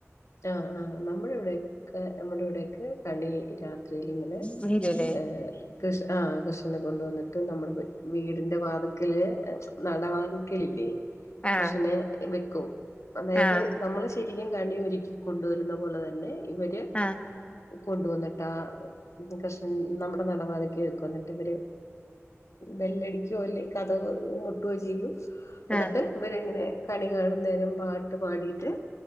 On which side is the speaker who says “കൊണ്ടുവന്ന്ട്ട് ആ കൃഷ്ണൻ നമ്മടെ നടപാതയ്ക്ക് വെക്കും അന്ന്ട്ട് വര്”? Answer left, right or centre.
Left